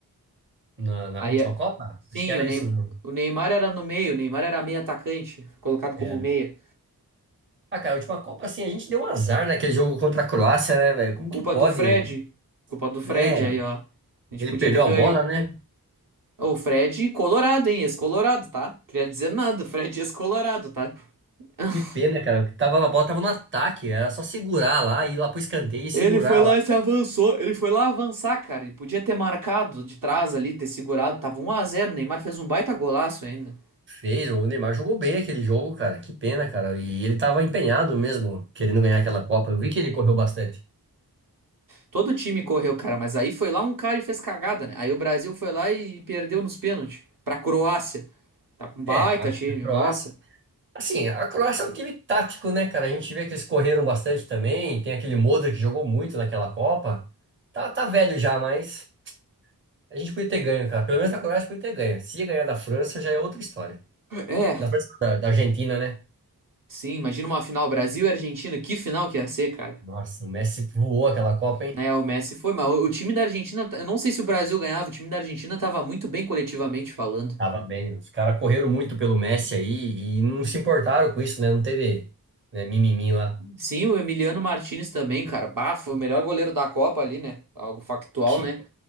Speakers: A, on the right; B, on the right.
A: Na, na
B: Aí,
A: última
B: é-
A: Copa?
B: sim,
A: Acho que era
B: o Ney-
A: isso mesmo.
B: o Neymar era no meio, o Neymar era meio atacante, foi colocado
A: Era.
B: como meia.
A: Ah, cara, a última Copa, assim, a gente deu um azar naquele jogo contra a Croácia, né, velho? Como
B: Culpa
A: que pode?
B: do Fred. Culpa do Fred
A: É,
B: aí, ó. A gente
A: ele
B: podia
A: perdeu
B: ter ganho.
A: a bola, né?
B: Ô, O Fred colorado, hein? Ex-colorado, tá? Queria dizer nada, o Fred ex-colorado, tá? <laughs>
A: Que pena, cara. Tava, a bola tava no ataque, era só segurar lá, ir lá pro escanteio e segurar
B: Ele foi lá
A: lá.
B: e se avançou. Ele foi lá avançar, cara. Ele podia ter marcado de trás ali, ter segurado. Tava 1 a 0 O Neymar fez um baita golaço ainda.
A: Fez, o Neymar jogou bem aquele jogo, cara. Que pena, cara. E ele tava empenhado mesmo, querendo ganhar aquela Copa. Eu vi que ele correu bastante.
B: Todo time correu, cara, mas aí foi lá um cara e fez cagada, né? Aí o Brasil foi lá e perdeu nos pênaltis pra Croácia. Tá com baita
A: É, a
B: time,
A: a Croácia.
B: nossa.
A: Assim, a Croácia é um time tático, né, cara? A gente vê que eles correram bastante também. Tem aquele Modric que jogou muito naquela Copa. Tá, tá velho já, mas a gente podia ter ganho, cara. Pelo menos a Croácia podia ter ganho. Se ia ganhar da França, já é outra história.
B: É,
A: Da França, não, da, da Argentina, né?
B: sim, imagina uma final Brasil e Argentina, que final que ia ser, cara.
A: Nossa, o Messi voou aquela Copa, hein?
B: Né, o Messi foi, mas o o time da Argentina, eu não sei se o Brasil ganhava, o time da Argentina tava muito bem coletivamente falando.
A: Tava bem. Os caras correram muito pelo Messi aí e não se importaram com isso, né? Não teve, né, mimimi lá.
B: Sim, o Emiliano Martinez também, cara, bah, foi o melhor goleiro da Copa ali, né? Algo factual,
A: Que,
B: né?